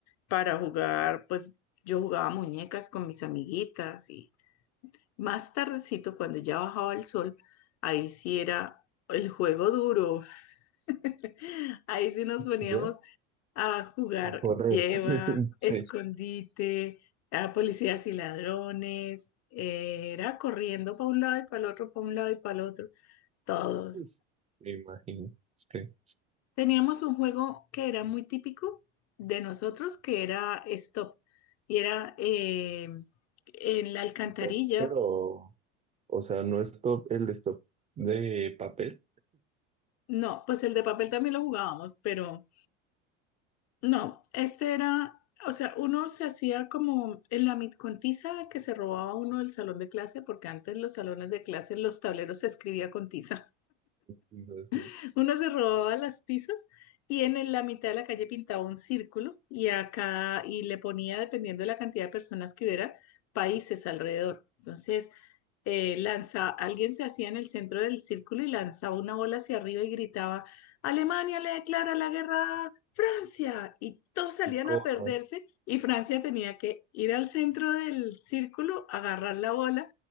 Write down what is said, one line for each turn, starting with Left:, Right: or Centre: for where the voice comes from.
Left: para jugar, pues yo jugaba muñecas con mis amiguitas y Más tardecito, cuando ya bajaba el sol, ahí sí era el juego duro. <laughs> Ahí sí nos poníamos
Right: ¿Ya?
Left: a jugar
Right: A correr.
Left: lleva,
Right: Sí,
Left: escondite, a policías y ladrones. eh, Era corriendo para un lado y para el otro, para un lado y para el otro. Todos.
Right: pues, me imagino. Es que
Left: Teníamos un juego que era muy típico de nosotros, que era Stop. Y era eh, en la alcantarilla.
Right: stop, pero, o sea, no stop, el stop de papel,
Left: No, pues el de papel también lo jugábamos, pero... No, este era, o sea, uno se hacía como en la mitcontiza que se robaba uno del salón de clase, porque antes los salones de clase, los tableros se escribía con tiza.
Right: sino así,
Left: <laughs> Uno se robaba las tizas y en el- la mitad de la calle pintaba un círculo y acá y le ponía, dependiendo de la cantidad de personas que hubiera, países alrededor. Entonces, eh, lanza, alguien se hacía en el centro del círculo y lanzaba una bola hacia arriba y gritaba, Alemania le declara la guerra a Francia. Y todos salían
Right: corra.
Left: a perderse y Francia tenía que ir al centro del círculo, agarrar la bola,